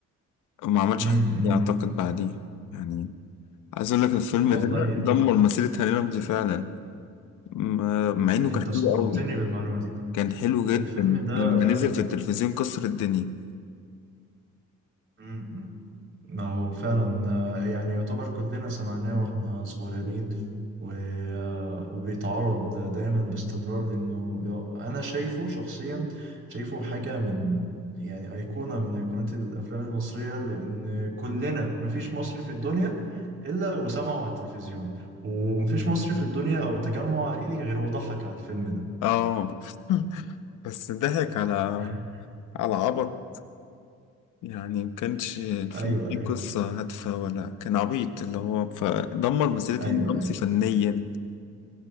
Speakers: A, on the left (about 85°); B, on the right (about 40°).
A: وما عملش
B: امم
A: حاجة
B: إمم.
A: تانية أعتقد بعديه يعني عايز أقول لك الفيلم
B: والله
A: ده
B: انت
A: دمر مسيرة هاني رمزي فعلا م- مع إنه
B: انت
A: كان
B: صدمتني
A: حلو قوي
B: بالمعلومه دي
A: كان حلو جدا
B: الفيلم ده
A: لما نزل
B: فعلا
A: في التلفزيون كسر الدنيا
B: امم إمم. ما هو فعلا آه، يعني يعتبر كلنا سمعناه واحنا صغيرين و... آه، وبيتعرض دايما باستمرار لانه يا- انا شايفه شخصيا شايفه حاجة من يعني أيقونة من أيقونات الأفلام المصرية لأن كلنا مفيش مصري في الدنيا إلا وسمعه على التلفزيون ومفيش مصري في الدنيا أو تجمع عائلي غير وضحك على الفيلم ده
A: اه <laughs> بس ضحك على
B: <laughs>
A: على عبط يعني ما كانش الفيلم
B: أيوه
A: ليه
B: أيوه
A: قصة هادفة ولا كان عبيط اللي هو فدمر مسيرة
B: أيوه
A: هاني رمزي
B: أيوه
A: فنيا